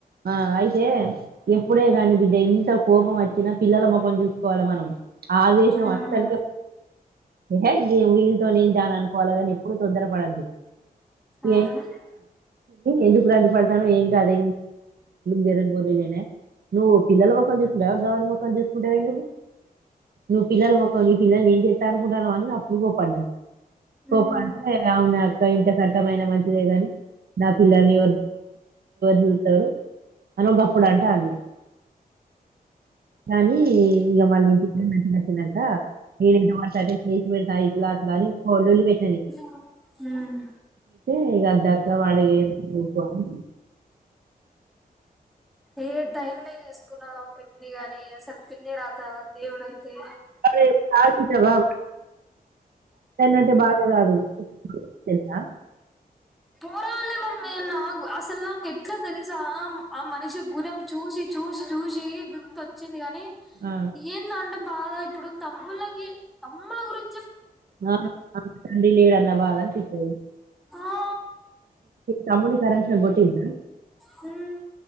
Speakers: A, on the right; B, in the centre.
A: ఆ అయితే ఎప్పుడే కానీ బిడ్డ ఎంత కోపం వచ్చినా పిల్లల మొఖం చూసుకోవాలి మనం ఆవేశం
B: మ్మ్
A: అతరకి అ గమ ేనుా అనుకోవాలి కానీ ఎప్పుడు తొందరగా వాదు
B: అవును
A: ఎ ఎందుకుది పాడు ఏం కా అదే జరం కోోలేనే నువ్వు పిల్లల మొక్కం తీసుకుంటావ గవని మొం తీసుకుంటావ నువవు నువ్వు పిల్లల మొం నీ పిలల్ని ఏం చెా అనుకుంటావ అని అప్పుడు కోప్పడ్డా
B: మ్మ్
A: పోప్పంట అవునా ఇ ఇంత కట్టమైన మంచి గాని నా పిల్లాని జ అన గప్పుడు అంట అంది కానీ ఇంక మళ్ళీ ఇంటికిడ మాట్లాడుతున్నాక నేను ఎటువ అయి చేసి పె ఇట్ల అట్లా అని <inaudible>
B: హూ మ్
A: ఈ అద్దక్క వాడి ఎందుకు అని
B: ఏ టైం న వేసుకున్నా పిన్ని గాని అసలు పిన్ని రాతవా దేవుడు ఇతే
A: వాడు కాల్చినవా అంటే బాధ కాదు తెలుసా
B: పోరాలమమ్మి నాక్ అస్సలు నాకు ఎట్లా తెలుసా ఆ మనిషి గునామ్ చూసి చూసి చూసి విరక్తి వచ్చింది కాని
A: ఆ,
B: ఏందంట బాగా ఇప్పుడు తమ్ములకి తమ్ముల్ గురిం
A: ఆ డి లేడ అనా బాధా పిస్తది.
B: ఆ
A: తమ్మునీ కరెంట్ షాక్ కొట్టిందా
B: హ్మ్